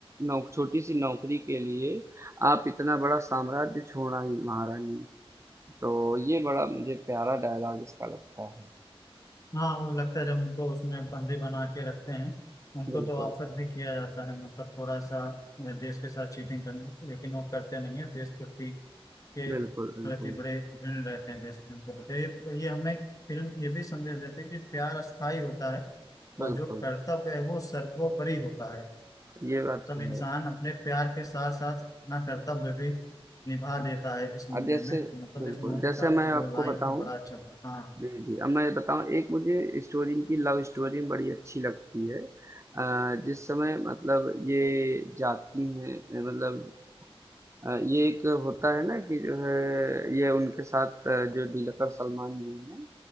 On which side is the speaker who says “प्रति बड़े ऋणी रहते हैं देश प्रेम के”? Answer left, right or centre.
Left